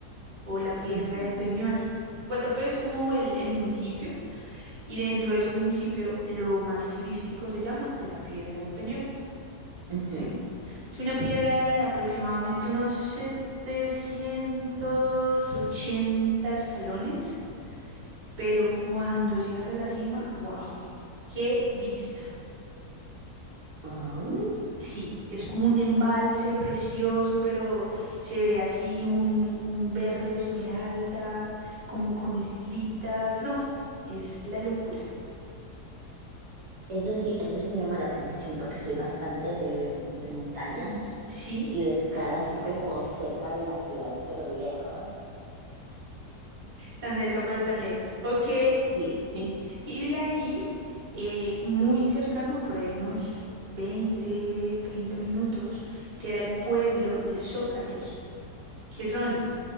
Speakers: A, on the right (about 25°); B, on the right (about 65°).
A: o la Piedra
B: Ujú,
A: del Peñol. Guatapé es como el, el municipio y dentro de ese municipio lo más turístico se llama la Piedra del Peñol,
B: ujú.
A: ¿sí? Es una piedra de aproximadamente unos 780 escalones, pero cuando llegas a la cima, wow, qué vista.
B: Ah,
A: Sí, es como un embalse precioso, pero se ve así un, un verde esmeralda, como con islitas. No, es la locura.
B: Eso sí, eso sí me llama la atención porque soy bastante de, de montañas
A: Sí,
B: y de estar
A: ah, no,
B: así como
A: perfecto.
B: cerca de la ciudad, pero lejos.
A: Tan cerca, pero tan lejos. Ok,
B: Sí.
A: y de ahí, eh, muy cercano, por ahí unos 20, 30 minutos, queda el pueblo de Zócalos, que son